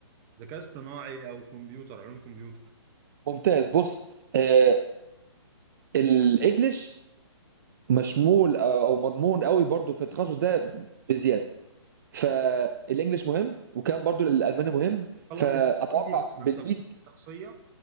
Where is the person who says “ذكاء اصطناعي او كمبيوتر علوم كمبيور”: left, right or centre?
Right